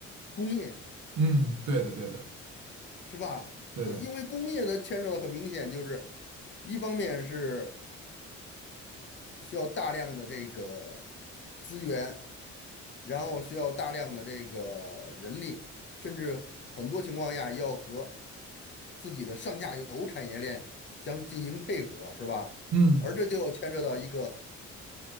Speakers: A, on the left (about 40°); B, on the right (about 65°).
A: 工业，
B: 嗯，对的对的
A: 是吧？
B: 对的，
A: 所以因为工业的牵扯的很明显，就是一方面是。需要大量的这个资源，然后需要大量的这个人力，甚至很多情况下要和自己的上下游产业链相进行配合，是吧？
B: 嗯
A: 而这就牵扯到一个